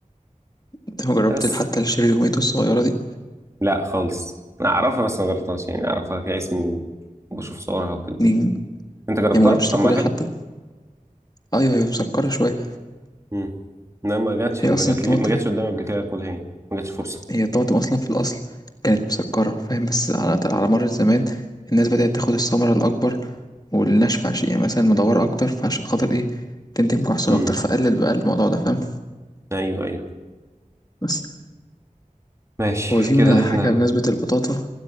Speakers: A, on the left; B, on the right.
A: انت ما جربت
B: بس
A: حتى الشيري الهوميتو الصغيرة دي
B: لا خالص انا اعرفها بس ما جربتهاش يعني اعرفها كاسم و- وبشوف صورها وكده
A: دي
B: انت جربتها
A: يعني مجربتش
B: طعمها
A: تاكلها
B: حلو
A: حتى ايوه هي مسكره شويه
B: امم لا ما جاتش
A: هي
B: ما
A: اصلا
B: جات
A: الطماطم
B: لي ما جاتش قدامي قبل كده اكلها يعني ما جاتش فرصه
A: هي الطماطم اصلا في الاصل كانت مسكره فاهم بس على على مر الزمان الناس بدات تاخد الثمره الاكبر والناشفه عشان يعني مثلا مدوره اكتر فعشان خاطر ايه تنتج محصول
B: امم
A: اكتر فقلل بقى الموضوع ده فاهم
B: ايوه ايوه
A: بس
B: ماشي
A: هو في
B: كده
A: هنا
B: احنا
A: حاجه بمناسبه البطاطا